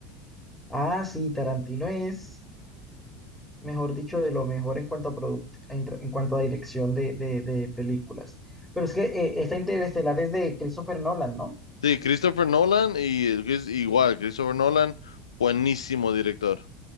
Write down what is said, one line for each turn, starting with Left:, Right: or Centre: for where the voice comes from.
Centre: Ah, sí, Tarantino es, mejor dicho, de lo mejor en cuanto a product- en, tra- en cuanto a dirección de, de- de películas. Pero es que eh, esta Interestelar es de Christopher Nolan, ¿no?
Left: Sí, Christopher Nolan y el Chris- igual, Christopher Nolan, buenísimo director.